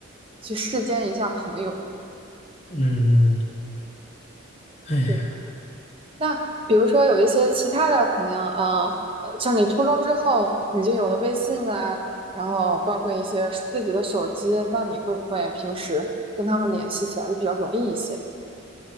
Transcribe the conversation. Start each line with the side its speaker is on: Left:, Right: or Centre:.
Right: 去世间一下朋友。
Left: 嗯，哎呀，
Right: 对，那比如说有一些其他的朋友，呃，呃像你初中之后，你就有了微信啊，然后包括一些自己的手机，那你会不会平时跟他们联系起来就比较容易一些？